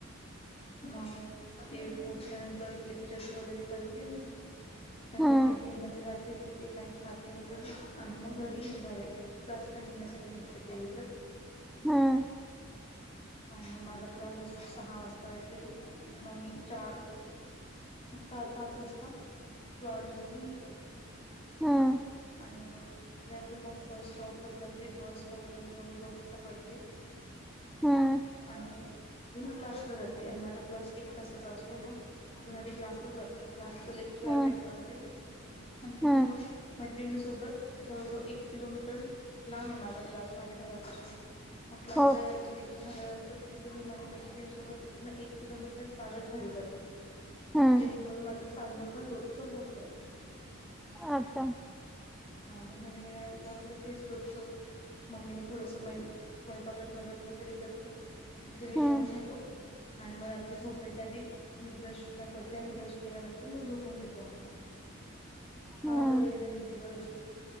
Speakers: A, on the left; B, in the centre.
A: मग ते पोहोचल्यानंतर लेक्चर्स वगैरे करते मी त्यांत
B: हम्म
A: कॅन्टीन मध्ये जाते तिथे काही खाते वगैरे आणि मग घरी निघालंय ते क्लासला निघण्यासाठी निघते पहिली तर
B: हम्म
A: आणि माझा क्लास अस सहा वाजता काही तरी मम्मी चार चार पाच वाजता कॉलेज मधून निघते.
B: हम्म
A: आणि नाही तर मग बस स्टॉप वर जाते. बस स्टॉप वर जाऊन बस पकडते.
B: हम्म
A: आणि तिथून क्लासला जाते आणि माझा क्लास एक तासाचा असतो मग तिथून आधी क्लासला जाते. क्लासच लेक्चर
B: हम्म
A: अटेंड
B: हम्म
A: करते आणि तिथून
B: हम्म
A: मग. मैत्रिणीसोबत जवळजवळ एक किलोमीटर लांब आहे माझा क्लास माझ्या घरापासून मग क्लासला
B: हो
A: जायचं तुम्ही झाल्यानंतर तिथून मी माझ्या मैत्रिणीसोबत पूर्ण एक किलोमीटर चालत घरी जाते.
B: हम्म
A: जेरीकरून माझं चांगलं पण रोजचं होत.
B: अच्छा
A: हा मग घर गेल्यानंतर आपलं तेच रोच. मम्मीला थोडस मय स्वयंपाकात मदत वगैरे करते. आम्ही सगळे
B: हम्म
A: जेवन घेतो. आणि मग आता झोपायच्या आधी मी ब्रश सुद्धा करते आणि ब्रश केल्यानंतर मग झोपून घेतो आम्ही पैसा
B: हम्म
A: <inaudible> हा माझा दैनंदिन दिवस असतो.